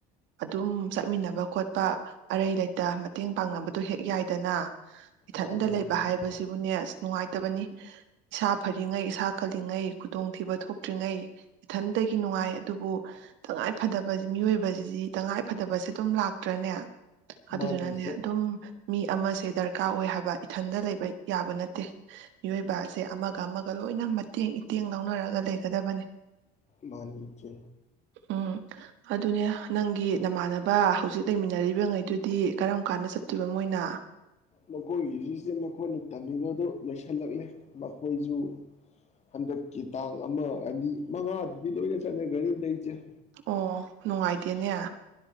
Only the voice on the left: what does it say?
ꯃꯥꯅꯤ
ꯃꯥꯅꯤ ꯏꯆꯦ
ꯃꯥꯅꯤ ꯏꯆꯦ
ꯃꯥꯅꯤ ꯏꯆꯦ
ꯃꯈꯣꯏꯒꯤꯖꯦ ꯏꯆꯦ ꯃꯈꯣꯏꯅ ꯇꯝꯃꯤꯕꯗꯨ ꯂꯣꯏꯁꯤꯜꯂꯛꯂꯦ ꯃꯈꯣꯏꯖꯨ ꯍꯟꯗꯛꯀꯤ ꯇꯥꯡ ꯑꯃ ꯑꯅꯤ ꯃꯉꯥꯗꯨꯗ ꯂꯣꯏꯅ ꯆꯠꯅꯒ꯭ꯔꯅꯤꯗ ꯏꯆꯦꯪ